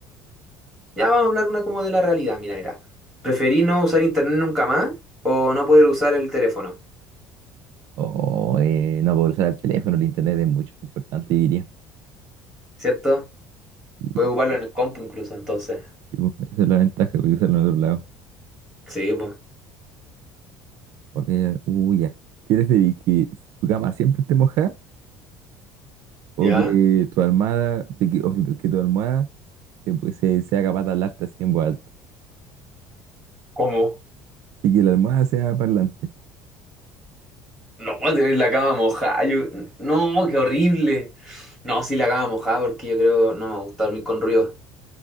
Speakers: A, in the centre; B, on the right.
A: Ya vamos a hablar una como de la realidad, mira, mira. ¿Preferí no usar internet nunca más o no poder usar el teléfono?
B: O eh, no puedo usar el teléfono, el internet es mucho más importante, diría.
A: ¿Cierto? Puedo
B: Y
A: ocuparlo en el compu incluso, entonces.
B: sí, pues, esa es la ventaja, voy a usarlo en otro lado.
A: Sí, pues.
B: A ver, uy, ya. ¿Quieres decir que tu cama siempre esté mojada o
A: ¿Ya?
B: que tu almohada, de que, o que tu almohada eh, pues, se- sea capaz de hablarte así en voz alta?
A: ¿Cómo?
B: Y que la almohada sea parlante.
A: No, <laughs> voy a tener la cama mojada. yo- No, qué horrible. No, sí, la cama mojada porque yo creo no me gusta dormir con ruido.